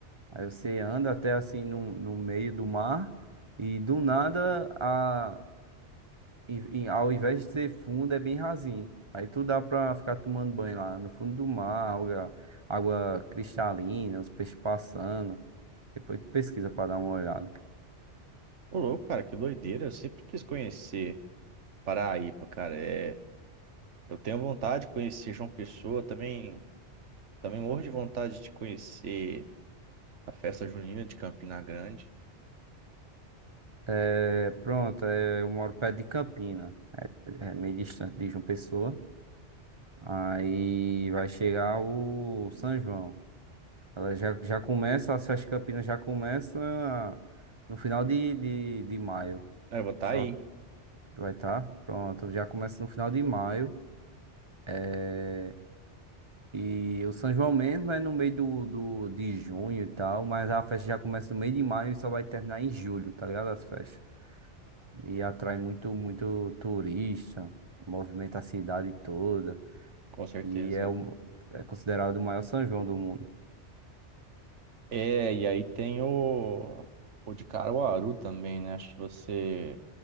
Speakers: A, on the right; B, on the right.
A: aí você anda até assim no, no meio do mar, e do nada, a, em- em- ao invés de ser fundo, é bem rasinho. Aí tu dá pra ficar tomando banho lá no fundo do mar, água, água cristalina, os peixes passando. Depois tu pesquisa pra dar uma olhada.
B: Ô, louco, cara, que doideira. Eu sempre quis conhecer Paraíba, cara. É, eu tenho vontade de conhecer João Pessoa, também, também morro de vontade de conhecer a festa junina de Campina Grande.
A: É, pronto, é, eu moro perto de Campina, é meio distante de João Pessoa. Aí vai chegar o São João. Ela já, já começa, as festas campinas já começa no final de, de, de maio.
B: É, Eu vou estar
A: Só
B: aí,
A: vai estar, pronto, já começa no final de maio. É, e o São João mesmo é no meio do, do, de junho e tal, mas a festa já começa no meio de maio e só vai terminar em julho, tá ligado? As festas. E atrai muito, muito turista, movimenta a cidade toda.
B: com certeza.
A: E é, o, é considerado o maior São João do mundo.
B: É, e aí tem o, o de Caruaru também, né? Acho que você